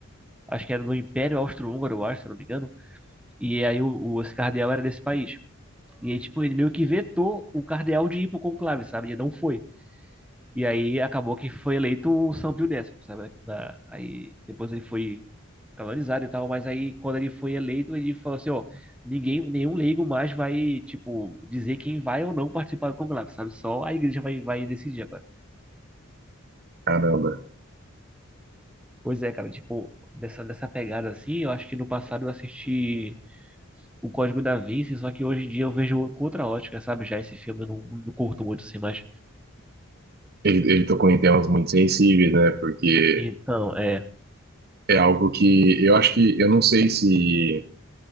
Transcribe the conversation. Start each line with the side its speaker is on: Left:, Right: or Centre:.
Centre: acho que era do Império Austro-Húngaro, eu acho, se não me engano. E aí o, o- esse cardeal era desse país. E aí, tipo, ele meio que vetou o cardeal de ir pro conclave, sabe? Ele não foi. E aí acabou que foi eleito o São Pio X, sabe? Da- aí depois ele foi canonizado e tal, mas aí quando ele foi eleito, ele falou assim, ó, ninguém, nenhum leigo mais vai, tipo, dizer quem vai ou não participar do conclave, sabe? Só a igreja vai, vai decidir agora.
Right: Caramba.
Centre: Pois é, cara, tipo, dessa, dessa pegada assim, eu acho que no passado eu assisti o Código da Vinci, só que hoje em dia eu vejo com outra ótica, sabe? Já esse filme eu não, não curto muito assim, mas.
Right: Ele, ele tocou em temas muito sensíveis, né? Porque
Centre: Então, é.
Right: é algo que eu acho que, eu não sei se